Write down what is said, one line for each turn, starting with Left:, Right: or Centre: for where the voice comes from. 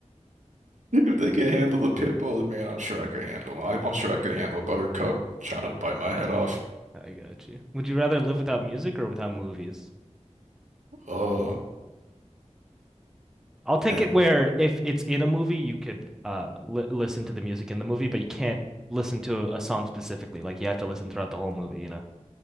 Right: <laughs> if they can handle the pit bulls, man, I'm sure I could handle. I, I'm sure I could handle Buttercup trying to bite my head off.
Centre: I got you. Would you rather live without music or without movies?
Right: Oh
Centre: I'll take
Right: man,
Centre: it where if it's in a movie, you could uh li listen to the music in the movie, but you can't listen to a song specifically. Like you have to listen throughout the whole movie, you know.